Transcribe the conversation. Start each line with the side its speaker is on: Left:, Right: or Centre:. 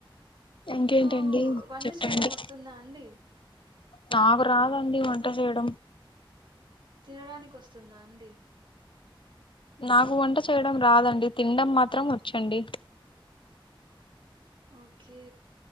Right: మీకు
Left: ఇంకేంటండి
Right: వంట
Left: చెప్పండి
Right: చేయడం వస్తుందా అండి
Left: నాకు రాదండి వంట చేయడం
Right: తినడానికి వస్తుందా అండి
Left: నాకు వంట చేయడం రాదండి తినడం మాత్రం వచ్చండి
Right: ఓకే